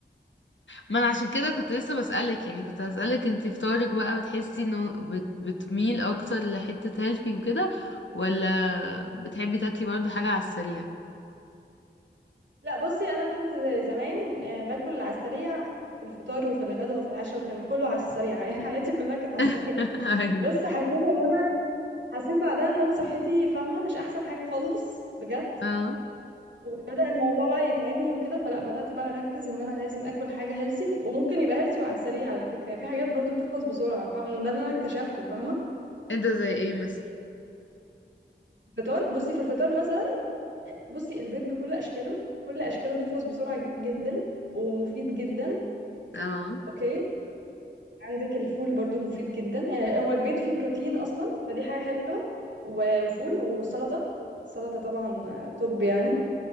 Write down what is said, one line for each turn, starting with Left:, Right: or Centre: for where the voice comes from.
Left: ما انا عشان كده كنت لسه بسألك يعني كنت هسألك انت فطارك بقى بتحسي انه بت... بتميل اكتر لحتة هيلثي وكده ولا بتحبي تاكلي برضو حاجة على السريع
Right: لا بصي انا كنت زي زمان آه، باكل على السريع في الفطار وفي الغداء وفي العشاء وكان كله على السريع <laughs> يعني حياتي كلها كانت على السريع
Left: <laughs> ايوه
Right: بس حسيت ان انا حسيت بعدها ان انا صحتي فاهمه مش احسن حاجه خالص بجد
Left: اه
Right: وبدأ الموضوع بقى يتعبني وكده فلا بدأت بقى اركز ان انا لازم اكل حاجة هيلسي وممكن يبقى هيلسي وعلى السريع على فكرة يعني في حاجات برضو بتخلص بسرعة فاهمة ده اللي انا اكتشفته فاهمة
Left: انت زي ايه مثلا
Right: الفطار بصي في الفطار مثلا بصي البيض بكل اشكاله كل اشكاله بيخلص بسرعة ج- جدا ومفيد جدا
Left: اه
Right: اوكي عندك الفول برضو مفيد جدا يعني هو البيض فيه بروتين اصلا فدي حاجة حلوة و- وفول وسلطة السلطة طبعا آه، توب يعني